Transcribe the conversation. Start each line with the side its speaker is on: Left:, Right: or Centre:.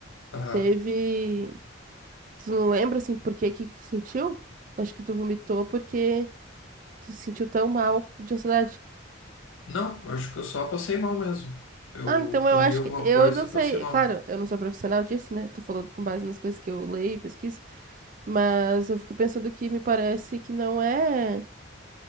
Left: aham.
Right: Teve, tu não lembra assim por que que tu sentiu? Acho que tu vomitou porque tu se sentiu tão mal de ansiedade.
Left: Não, eu acho que eu só passei mal mesmo. Eu
Right: Ah, então
Left: comi
Right: eu acho
Left: alguma
Right: que eu
Left: coisa
Right: não sei,
Left: e passei mal.
Right: claro, eu não sou profissional disso, né? Tô falando com base nas coisas que eu leio e pesquiso, mas eu fico pensando que me parece que não é